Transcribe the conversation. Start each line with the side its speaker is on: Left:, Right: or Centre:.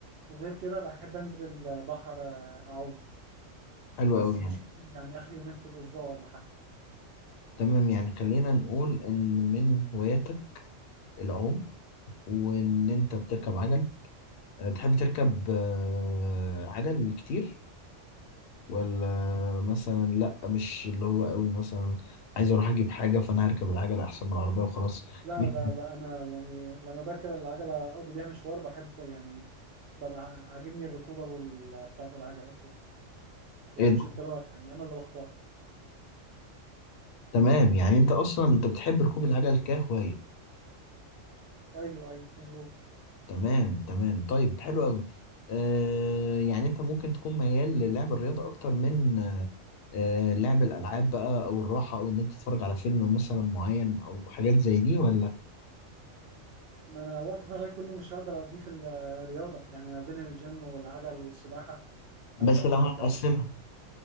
Right: وغير كده بحب انزل البحر آه، اعوم
Left: حلو
Right: بس
Left: قوي
Right: مش
Left: يعني
Right: كتير يعني اخر يومين في الاسبوع ولا حاجه
Left: تمام يعني خلينا نقول ان من هواياتك العوم وان انت بتركب عجل آه، بتحب تركب آه، عجل كتير ولا مثلا لا مش اللي هو قوي مثلا عايز اروح اجيب حاجه فانا هركب العجل احسن من العربيه وخلاص
Right: لا
Left: مش-
Right: لا لا انا يعني لما بركب العجله اقضي بيها مشوار بحب يعني ببقى عاجبني الركوبه وال- بتاعه العجله وكده يعني
Left: ايه ده؟
Right: مش اضطرار يعني انا اللي بختار
Left: تمام يعني انت اصلا انت بتحب ركوب العجل كهوايه
Right: ايوه ايوه مظبوط
Left: تمام تمام طيب حلو قوي آه يعني انت ممكن تكون ميال للعب الرياضة اكتر من آه آه، لعب الالعاب بقى او الراحة او ان انت تتفرج على فيلم مثلا معين او حاجات زي دي ولا
Right: ما انا وقت فراغي كله مش هقدر اقضيه في الرياضه يعني ما بين الجيم والعجل والسباحه هبقى
Left: بس لو هنقسمها
Right: ببقى